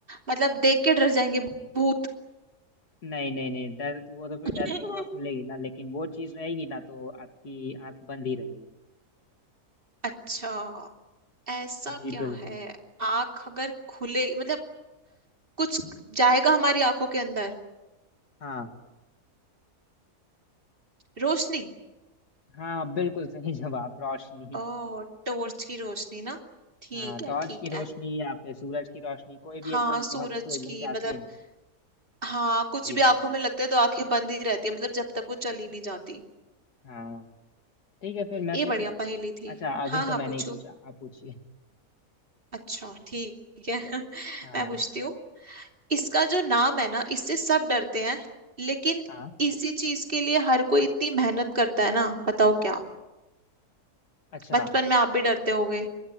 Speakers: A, on the right (about 35°); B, on the left (about 80°).
A: मतलब देख के डर जाएंगे भूत
B: नहीं नहीं नहीं डर तो वो तो फिर
A: <laughs>
B: डरने के बाद खुलेगी ना लेकिन वो चीज रहेगी ना तो आपकी आंख बंद ही रहेगी
A: अच्छा ऐसा
B: जी
A: क्या
B: बिल्कुल
A: है आंख अगर खुले मतलब कुछ जाएगा हमारी आंखों के अंदर
B: हाँ
A: रोशनी
B: हाँ बिल्कुल सही जवाब रोशनी
A: ओ टॉर्च की रोशनी ना ठीक
B: हाँ
A: है
B: टॉर्च
A: ठीक
B: की रोशनी
A: है
B: या फिर सूरज की रोशनी कोई भी
A: हाँ
B: एकदम
A: सूरज
B: बहुत तेजी
A: की
B: से आती
A: मतलब
B: है ना
A: हाँ कुछ
B: जी
A: भी
B: जी
A: आंखों
B: जी
A: में लगता है तो आंखें बंद ही रहती है मतलब जब तक वो चली नहीं जाती
B: हाँ ठीक है फिर मैं
A: ये
B: पूछूं
A: बढ़िया पहेली थी
B: अच्छा अभी
A: हाँ हाँ
B: तो मैं
A: पूछो
B: नहीं पूछा आप पूछिए
A: अच्छा ठीक है <laughs>
B: हाँ
A: मैं पूछती हूँ इसका जो नाम है ना इससे सब डरते हैं लेकिन
B: हाँ
A: इसी चीज के लिए हर कोई इतनी मेहनत करता है ना बताओ क्या
B: अच्छा
A: बचपन में आप भी डरते होगे